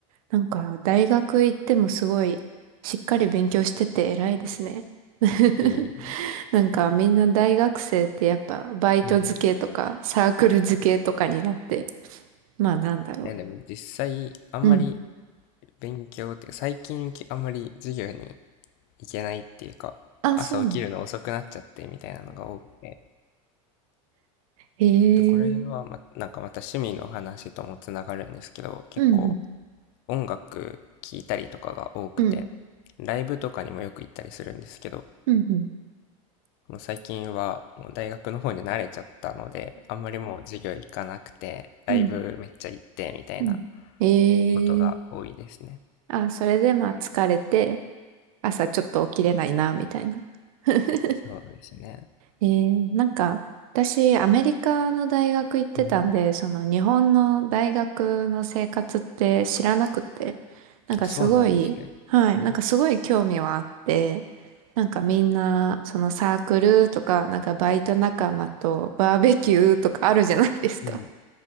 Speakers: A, on the right; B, on the left.
A: なんか、大学行ってもすごい、しっかり勉強してて偉いですね。<laughs>
B: いい。
A: なんか、みんな大学生ってやっぱ、バイト付けとか、
B: うん。い
A: サークル付けとかになって、まあなんだろ
B: やでも実際あんまり
A: う。うん。
B: 勉強っていうか最近きあんまり授業に行けないっていうか朝起きるの遅くなっちゃってみたいなのが多くて。
A: あ、そうなの。へ
B: でこれはま、
A: え。
B: なんかまた趣味の話ともつながるんですけど結構
A: うん
B: 音楽聴いたりとかが多くて
A: うん、うん、
B: ライブとかにもよく行ったりするんですけど
A: うん、うん、
B: もう最近はもう大学の方に慣れちゃったので、あんまりもう授業行かなくて、ライブめっちゃ行ってみたいな
A: うん、うん。へえ。
B: ことが多いですね。
A: あ、それでまあ疲れて、朝ちょっと起きれないな、みたいな。<laughs>
B: そうですね。
A: えー、なんか、私、アメリカの大学行ってたんで、
B: うん。
A: その日本の大学の生活って知らなくて、なんかすごい、
B: あ、そうなんですね。
A: はい、
B: うん。
A: なんかすごい興味はあって、なんかみんな、そのサークルとか、なんかバイト仲間とバーベキューとかあるじゃないですか。
B: うん。